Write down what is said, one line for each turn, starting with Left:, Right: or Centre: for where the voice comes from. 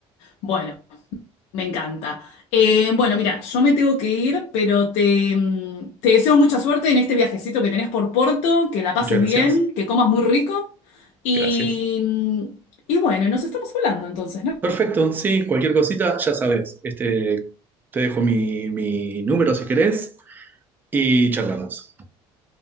Left: Bueno, me encanta. Eh, bueno, mira, yo me tengo que ir, pero te, mm, te deseo mucha suerte en este viajecito que tenés por Porto, que la pases
Right: Muchas
Left: bien,
Right: gracias.
Left: que comas muy rico. Y,
Right: Gracias.
Left: mm, y bueno, nos estamos hablando entonces, ¿no?
Right: Perfecto, sí, cualquier cosita, ya sabes. Este, te dejo mi, mi número si querés y charlamos.